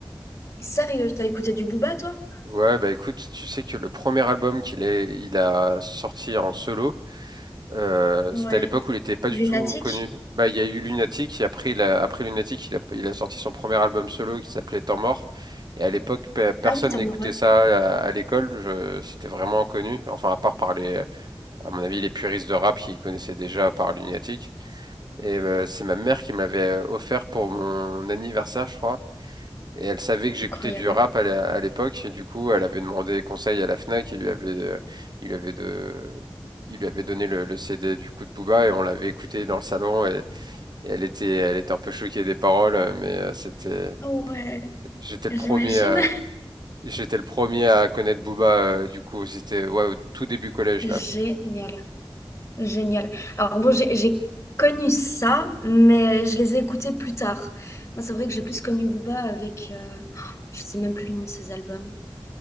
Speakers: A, on the left (about 30°); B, on the right (about 50°).
A: sérieux, t'as écouté du Booba toi?
B: Ouais, bah écoute, tu sais que le premier album qu'il est, il a sorti en solo, euh,
A: Ouais,
B: c'était à l'époque où il était pas
A: Lunatique.
B: du tout connu. Bah, il y a eu Lunatic, et après, il a, après Lunatic, il a, il a sorti son premier album solo qui s'appelait Temps mort. Et à l'époque, pe- personne
A: Ah oui, t'es
B: n'écoutait
A: en mode
B: ça à, à l'école, je- c'était vraiment inconnu. Enfin, à part par les, à mon avis, les puristes de rap qui connaissaient déjà par Lunatic. Et euh, c'est ma mère qui me l'avait euh, offert pour mon anniversaire, je crois. Et elle savait que j'écoutais
A: incroyable.
B: du rap à la- à l'époque, et du coup, elle avait demandé conseil à la Fnac, il lui avait, euh, il lui avait, de, il lui avait donné le, le CD du coup de Booba, et on l'avait écouté dans le salon, et, et elle était, elle était un peu choquée des paroles, euh, mais euh, c'était,
A: Ouais,
B: j'étais le
A: j'imagine.
B: premier à, j'étais le premier à connaître Booba, euh, du coup, c'était, ouais, au tout début
A: <laughs>
B: collège,
A: Génial.
B: là.
A: Génial. Alors bon, j'ai j'ai connu ça, mais je les ai écoutés plus tard. Moi, c'est vrai que j'ai plus connu Booba avec, euh, je sais même plus le nom de ses albums.